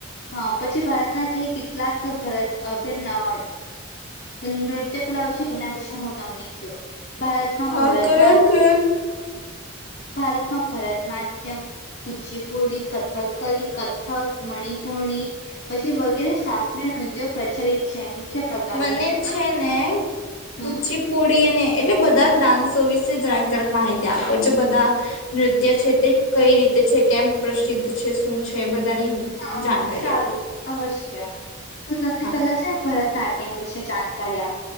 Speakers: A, on the left; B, on the left.
A: હા પછી ભારતના જે કેટલાક ભારત નૃત્ય કલાઓ છે, એના વિશે હું તમને કયો. ભારતમાં
B: હા
A: ભરતના
B: કયો કેયો.
A: ભારતમાં ભરતનાટ્યમ કુચીપુડી કથક કલી કથક મણિપુણી પછી વગેરે શાસ્ત્રીય નૃત્યો પ્રચલિત છે, મુખ્ય પ્રકારો
B: મને જ
A: આ
B: છે ને.
A: હમ
B: પચીપ પોડી ને એટલે બધા ડાન્સો વિશે જરાક જરાક માહિતી આપો જે બધા નૃત્ય છે તે કઈ રીતે છે કેમ પ્રસિદ્ધ છે શું છે. બધાની
A: હા હા
B: જાણકારી
A: સારું
B: આપો
A: અવશ્ય. <inaudible> હું તમને
B: હા
A: પેલા છે ભરત નાટ્યમ વિશેે જાણકારી આપ.